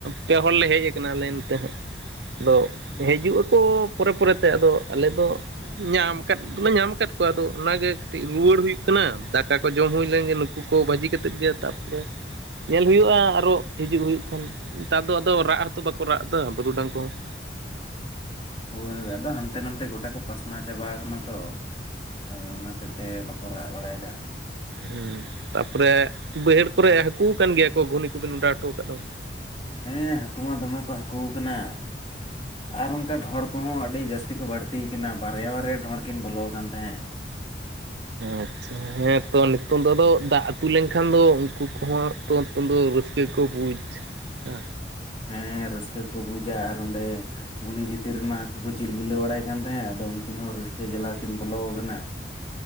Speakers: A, on the right; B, on the left.
A: ᱯᱮ ᱦᱚᱲ ᱞᱮ ᱦᱮᱡ ᱟᱠᱟᱱᱟ ᱟᱞᱮ ᱱᱚᱛᱮ ᱦᱟᱸᱜ ᱾ ᱟᱫᱚ
B: ᱚ
A: ᱦᱤᱡᱩᱜ
B: ᱟᱪᱪᱷᱟ
A: ᱟᱠᱚ ᱯᱚᱨᱮ ᱯᱚᱨᱮ ᱛᱮ ᱟᱫᱚ ᱟᱞᱮ ᱫᱚ ᱧᱟᱢ ᱟᱠᱟᱫ ᱫᱚᱞᱮ ᱧᱟᱢᱼᱼ ᱟᱠᱟᱫ ᱠᱚᱣᱟ ᱟᱫᱚ ᱚᱱᱟᱜᱮ ᱠᱟᱹᱴᱤᱡ ᱨᱩᱣᱟᱹᱲ ᱦᱩᱭᱩᱜ ᱠᱟᱱᱟ, ᱫᱟᱠᱟ ᱠᱚ ᱡᱚᱢ ᱦᱩᱭ ᱞᱮᱱᱜᱮ ᱱᱩᱠᱩ ᱠᱚ ᱵᱷᱟᱹᱡᱤ ᱠᱟᱛᱮᱫ ᱜᱮ ᱛᱟᱨ ᱯᱚᱨᱮᱼᱼ ᱧᱮᱞ ᱦᱩᱭᱩᱜᱼᱟ ᱟᱨᱚ ᱦᱤᱡᱩᱜ ᱦᱩᱭᱩᱜ ᱠᱷᱟᱱ, ᱱᱮᱛᱟᱨ ᱫᱚ ᱟᱫᱚ ᱨᱟᱜ ᱦᱚᱸᱛᱚ ᱵᱟᱠᱚ ᱨᱟᱜ ᱮᱫᱟ ᱵᱟᱹᱨᱩᱰᱟᱝ ᱠᱚᱦᱚᱸ ᱾
B: ᱦᱳᱭ ᱟᱫᱚ ᱦᱟᱱᱛᱮ ᱱᱟᱱᱛᱮ ᱜᱚᱴᱟ ᱠᱚ ᱯᱟᱥᱱᱟᱣ ᱪᱟᱵᱟ ᱠᱟᱱᱟ ᱛᱚ ᱾ ᱟᱫᱚ ᱚᱱᱟ ᱦᱚᱛᱮᱡ ᱛᱮ ᱵᱟᱠᱚ ᱨᱟᱜ ᱵᱟᱲᱟᱭᱮᱫᱟ ᱾
A: ᱦᱩᱸ ᱛᱟᱯᱚᱨᱮ ᱵᱟᱹᱭᱦᱟᱹᱲ ᱠᱚᱨᱮ ᱦᱟᱹᱠᱩ ᱟᱠᱟᱱ ᱜᱮᱭᱟ ᱠᱚ ᱜᱷᱩᱱᱤ ᱠᱚᱵᱤᱱ ᱚᱰᱟᱟᱣ ᱦᱚᱴᱚ ᱟᱠᱟᱫ ᱫᱚ?
B: ᱦᱮᱸ ᱦᱟᱹᱠᱩ ᱢᱟ ᱫᱚᱢᱮ ᱠᱚ ᱦᱟᱹᱠᱩ ᱠᱟᱱᱟ ᱾ ᱟᱨ ᱚᱝᱠᱟ ᱰᱷᱚᱲ ᱠᱚᱦᱚᱸ ᱟᱹᱰᱤ ᱡᱟᱹᱥᱛᱤ ᱠᱚ ᱵᱟᱹᱲᱛᱤᱭ ᱠᱟᱱᱟ ᱵᱟᱨᱭᱟ ᱵᱟᱨᱭᱟ ᱰᱷᱚᱸᱲ ᱠᱤᱱ ᱵᱚᱞᱚ ᱟᱠᱟᱱ ᱛᱟᱦᱮᱸᱫ ᱾
A: ᱟᱪᱪᱷᱟ ᱦᱮᱸ ᱛᱚ ᱱᱤᱛᱚᱝ ᱫᱚ ᱟᱫᱚ ᱫᱟᱜ ᱟᱛᱩ ᱞᱮᱱᱠᱷᱟᱱ ᱫᱚ ᱩᱝᱠᱩ ᱠᱚᱦᱚᱸ ᱛᱚ ᱱᱤᱛᱚᱝ ᱫᱚ ᱨᱟᱹᱥᱠᱟᱹ ᱜᱮᱠᱚ ᱵᱩᱡᱽ ᱚ
B: ᱦᱮᱸ ᱨᱟᱹᱥᱠᱟᱹ ᱜᱮ ᱠᱚ ᱵᱩᱡᱟ ᱟᱨ ᱚᱸᱰᱮᱼᱼ ᱜᱷᱩᱱᱤ ᱵᱷᱤᱛᱤᱨ ᱨᱮᱢᱟ ᱦᱟᱹᱠᱩ ᱠᱚ ᱪᱤᱞ ᱵᱤᱞᱟᱹᱣ ᱵᱟᱲᱟᱭ ᱠᱟᱱ ᱛᱟᱸᱦᱮᱫ, ᱟᱫᱚ ᱩᱱᱠᱤᱱ ᱦᱚᱸ ᱨᱟᱹᱥᱠᱟᱹ ᱡᱟᱞᱟ ᱠᱤᱱ ᱵᱚᱞᱚ ᱠᱟᱱᱟ ᱾